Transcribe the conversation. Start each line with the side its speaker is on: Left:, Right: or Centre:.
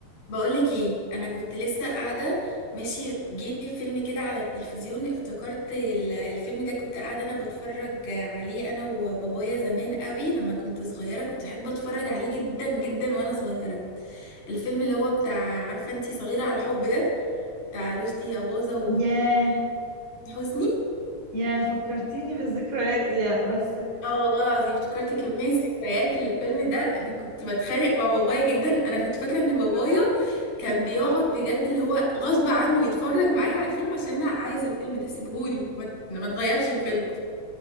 Left: بقولك ايه انا كنت لسه قاعده ماشي جه فيلم كده على التلفزيون افتكرت ال- الفيلم ده كنت قاعده انا بتفرج عليه انا وبابايا زمان قوي لما كنت صغيره كنت احب اتفرج عليه جدا جدا وانا صغيره الفيلم اللي هو بتاع عارفه انتي صغيره على الحب ده بتاع رشدي اباظه
Right: ياه
Left: وحسني
Right: ياه فكرتيني بالذكريات دي يا- بس
Left: اه والله العظيم افتكرت كمية ذكريات للفيلم ده انا كنت بتخانق مع بابايا جدا انا كنت فاكرة ان بابايا كان بيقعد بجد اللي هو غصب عنه يتفرج معايا على الفيلم عشان انا عايزة الفيلم ده سيبهولي ما ما تغيرش الفيلم